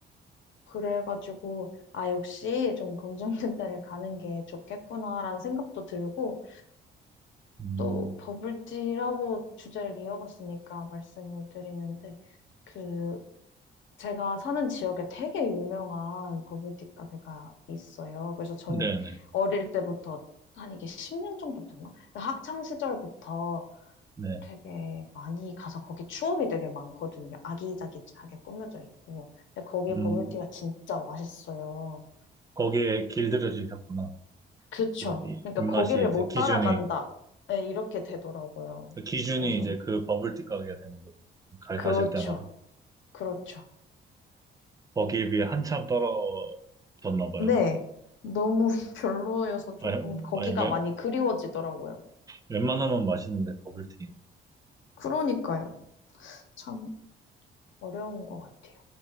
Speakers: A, on the left; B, on the right.
A: 그래가지고, 아, 역시 좀 검정근대를 <laughs> 가는 게 좋겠구나라는 생각도 들고,
B: 음,
A: 또 버블티라고 주제를 이어갔으니까 말씀을 드리는데, 그, 제가 사는 지역에 되게 유명한 버블티 가게가 있어요. 그래서 저는
B: 네네.
A: 어릴 때부터, 한 이게 10년 정도 됐나? 학창 시절부터
B: 네. 네.
A: 되게 많이 가서 거기 추억이 되게 많거든요. 아기자기하게 꾸며져 있고. 근데 거기
B: 음,
A: 버블티가 진짜 맛있어요.
B: 거기에 길들여지셨구나.
A: 그쵸.
B: 그, 이-
A: 그러니까
B: 입맛이
A: 거기를
B: 이제
A: 못
B: 기준이,
A: 따라간다. 네, 이렇게 되더라고요.
B: 기준이
A: 그래서,
B: 이제 그 버블티 가게가 되는 거죠. 가,
A: 그렇죠.
B: 가실 때마다.
A: 그렇죠.
B: 거기에 비해 한참 떨어졌나 봐요.
A: 네. 너무 <laughs> 별로여서 조금
B: 아니,
A: 거기가
B: 아니, 웬,
A: 많이 그리워지더라고요.
B: 웬만하면 맛있는데, 버블티.
A: 그러니까요. 참. 어려운 것 같아요.